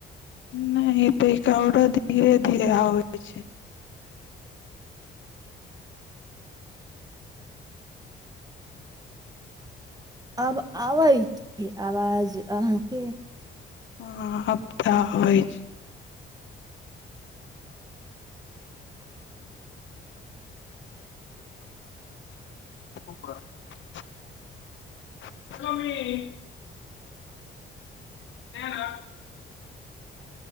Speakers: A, on the left; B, on the right.
A: नहि आओरो धीरे धीर आबै छै
B: अब आबै छै आवाज अहाँके
A: हँ आब तऽ आबै छै <unintelligible> <unintelligible> <unintelligible> छै